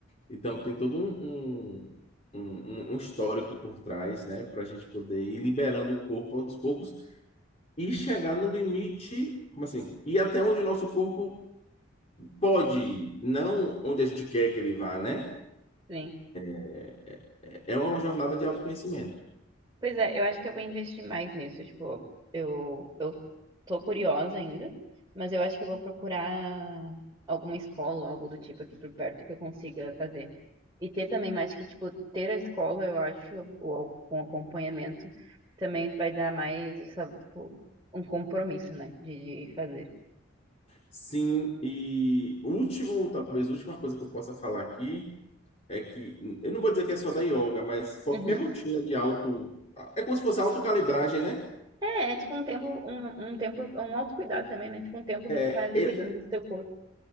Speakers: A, on the left (about 35°); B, on the right (about 20°).
A: Então, tem todo um, um, um, um um histórico por trás, né? Para a gente poder ir liberando o corpo aos poucos e chegar no limite, como assim? Ir até onde o nosso corpo pode ir, não onde a gente quer que ele vá, né?
B: Sim.
A: É é uma jornada de autoconhecimento.
B: Pois é, eu acho que eu vou investir mais nisso. Tipo, eu, eu tô curiosa ainda, mas eu acho que eu vou procurar alguma escola, algo do tipo aqui por perto que eu consiga fazer. E ter também mais que, tipo, ter a escola, eu acho, ou com acompanhamento, também tu vai dar mais essa, tipo, um compromisso, né, de, de fazer.
A: Sim, e último, talvez última coisa que eu possa falar aqui é que eu não vou dizer que é só da yoga, mas qualquer
B: Uhum.
A: rotina de auto, é como se fosse autocalibragem, né?
B: É, é tipo um tempo, um, um tempo, um autocuidado também, né? Tipo um tempo que
A: É,
B: tu tá ali
A: é,
B: cuidando do teu corpo.